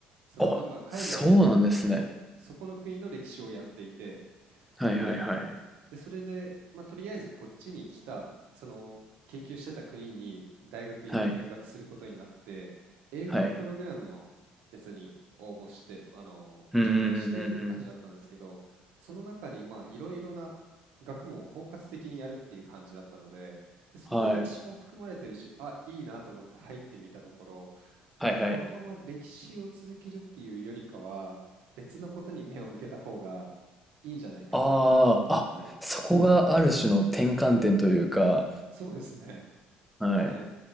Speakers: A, on the right (about 75°); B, in the centre.
A: その今海外に住んでるんですけど、
B: あ、そうなんですね。
A: そこの国の歴史をやっていて、
B: はいはいはい。
A: で、で、それで、まあ、とりあえずこっちに来た、その、研究してた国に大学院で留学することになって、
B: はい、
A: 英語のプログラムのやつに応募して、
B: はい。
A: あの、
B: うんうんうんうんうん。
A: 受験してって感じだったんですけど、その中に、ま、いろいろな学問を包括的にやるっていう感じだったので、で、それで歴史も含まれてるし、
B: はい。
A: あ、いいなと思って入ってみたところ、まあ、
B: はいはい。
A: このまま歴史を続けるっていうよりかは、別のことに目を向けた方がいいんじゃないかなっ
B: ああ、あ、
A: ていう
B: そこがある種の転換点というか、
A: そうですね。
B: はい。
A: はい。